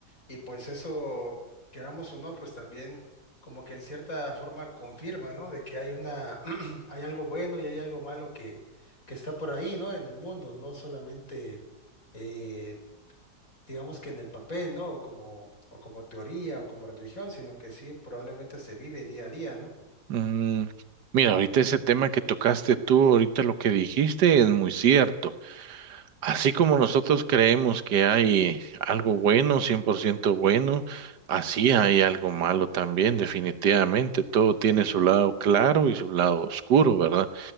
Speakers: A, on the left; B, on the right.
A: Y pues eso, queramos o no, pues también como que en cierta forma confirma, ¿no? De que hay una, <clears throat> hay algo bueno y hay algo malo que, que está por ahí, ¿no? En el mundo, no solamente... eh, digamos que en el papel, ¿no? O como, o como teoría o como religión, sino que sí, probablemente se vive día a día, ¿no?
B: Mm, mira, ahorita ese tema que tocaste tú, ahorita lo que dijiste es muy cierto. Así como nosotros creemos que hay algo bueno, 100% bueno, así hay algo malo también, definitivamente. Todo tiene su lado claro y su lado oscuro, ¿verdad?